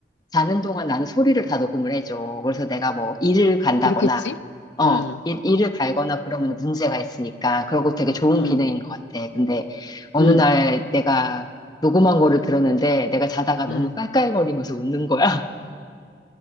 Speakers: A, on the left; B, on the left.
A: 자는 동안 나는 소리를 다 녹음을 해줘. 그래서 내가 뭐 일을 간다거나,
B: 그렇겠지?
A: 어,
B: 응,
A: 일, 일을 갈거나 그러면 문제가 있으니까. 그러고 되게 좋은
B: 응,
A: 기능인 것 같아. 근데 어느
B: 응,
A: 날 내가 녹음한 거를 들었는데 내가 자다가 너무
B: 응.
A: 깔깔거리면서 웃는 거야. <laughs>